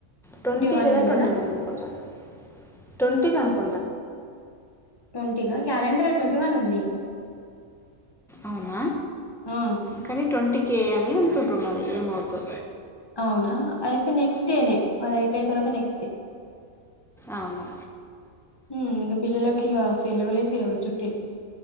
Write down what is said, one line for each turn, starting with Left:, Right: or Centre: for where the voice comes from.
Centre: ట్వంటీ
Left: వన్
Centre: లేదా ట్వంటీ
Left: కదా
Centre: వన్ అనుకుంటాను ట్వంటీకి అనుకుంటను
Left: ట్వంటీగా క్యాలెండర్ ట్వంటీ వన్ ఉంది
Centre: అవున
Left: ఆ
Centre: కానీ ట్వంటీ కే అని అంటుర్రు మరి ఏమవుందో
Left: అవునా ఆయి నెక్స్ట్ నే అది అయిపోయిన తర్వాత నెక్స్ట్
Centre: అవును
Left: ఉమ్ ఇంక పిల్లలకి ఇక సెలవులే సెలవులు చుటిలు